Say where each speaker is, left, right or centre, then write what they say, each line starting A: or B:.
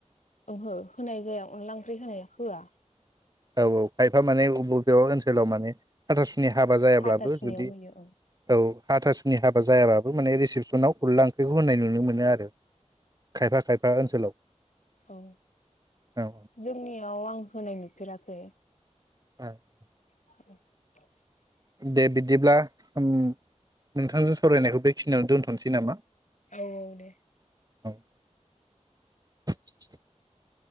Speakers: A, on the left; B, on the right.
A: ओहो होनाय जाया अनला ओंख्रि होनाय होआ
B: औ औ खायफा माने बबेयाव ओनसोलाव माने हथासुनि नि हाबा जायाब्लाबो
A: हाथासुनियाव
B: जुदि
A: होयो औ
B: औ हाथासुनि हाबा जायाबाबो माने रिसिपसनाव खुरला ओंख्रिखौ होननाय नुनो मोनो आरो खायफा खायफा ओनसोलाव
A: औ
B: औ
A: जोंनियाव आं होनाय नुफेराखै
B: <unintelligible>
A: <unintelligible>
B: दे बिदिब्ला उम नोंथांजों सावरायनायखौ बेखिनियावनो दोनथ'नोसै नामा
A: औ औ दे
B: <unintelligible>